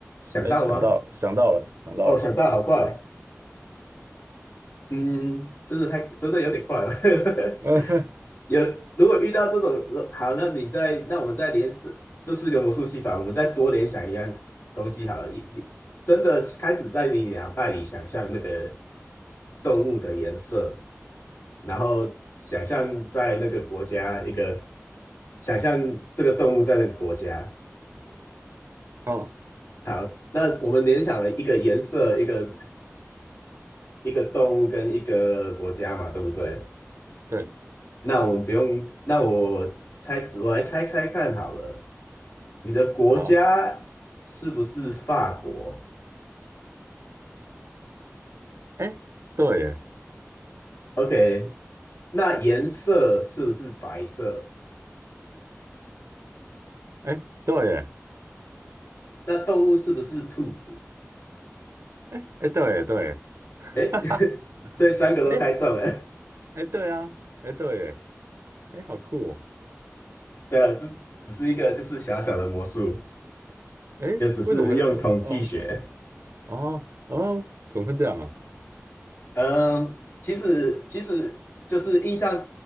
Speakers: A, on the left (about 50°); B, on the right (about 60°).
A: 想到了吗？
B: 哎，想到，想到了，想到了，
A: 哦，想到，好快。嗯，真的太真的有点快了。<laughs>
B: <laughs>
A: 有如果遇到这种，好，那你再那我们再联这这四个魔术戏法，我们再多联想一样东西好了。一你真的开始在你脑袋里想象那个动物的颜色，然后想象在那个国家一个，想象这个动物在那个国家。
B: 嗯，
A: 好，那我们联想了一个颜色、一个一个动物跟一个国家嘛，对不对？
B: 对，
A: 那我们不用，那我猜，我来猜猜看好了，你的国家是不是法国
B: 好，哎，对耶
A: ？OK，那颜色是不是白色？
B: 哎，对耶，
A: 那动物是不是兔子？
B: 哎哎对耶对耶，<laughs>
A: 诶，
B: 哈哈，
A: <laughs> 所以三个都猜中了。
B: 哎哎对啊，哎对耶，哎好酷哦，
A: <laughs> 对啊，这只是一个就是小小的魔术，
B: 哎为什么会哦
A: 就只是用统计学。
B: 哦哦怎么会这样啊？
A: 嗯，其实其实就是印象，